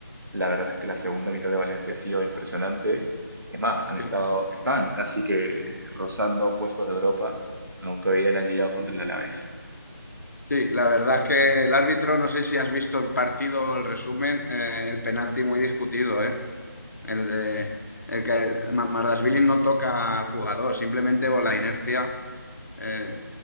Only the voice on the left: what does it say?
sí.
Sí, la verdad es que el árbitro, no sé si has visto el partido o el resumen, eh, el penalti muy discutido, ¿eh? El de el que Mamardashvili no toca al jugador, simplemente por la inercia eh,